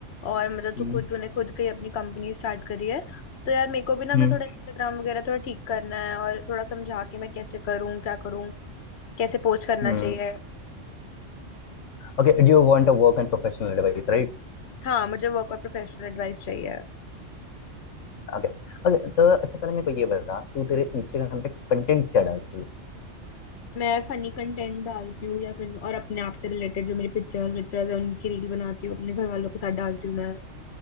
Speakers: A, on the left; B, on the left.
A: और मतलब
B: Hmm
A: तू खुद तूने खुद की अपनी कंपनी स्टार्ट करी है तो यार मेरे को भी ना अपना
B: Hmm
A: थोड़ा इंस्टाग्राम वगैरह थोड़ा ठीक करना है और थोड़ा समझा के मैं कैसे करूँ क्या करूँ कैसे पोस्ट करना
B: Hmm
A: चाहिए
B: Okay do you want a work and professional advice right
A: हाँ मुझे वर्क और प्रोफेशनल एडवाइस चाहिए
B: Okay Okay तो अच्छा पहले मेरे को ये बता तू तेरे इंस्टाग्राम पे कंटेंट क्या डालती है
A: मैं फनी कंटेंट डालती हूँ या फिर और अपने आप से रिलेटेड जो मेरी पिक्चर्स विक्चर्स है उनकी रील बनाती हूँ अपने घर वालों के साथ डालती हूँ मैं